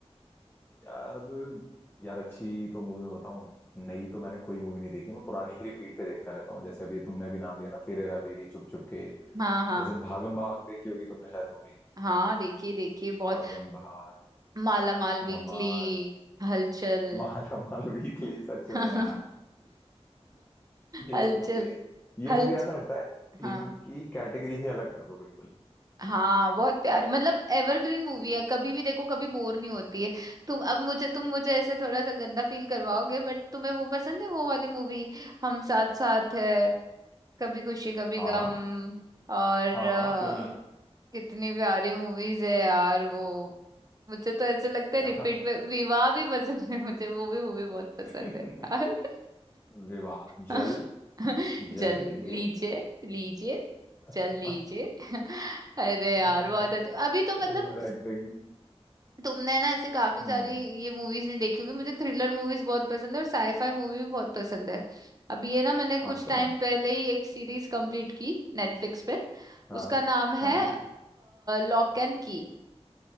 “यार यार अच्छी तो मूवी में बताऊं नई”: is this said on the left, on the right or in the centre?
Left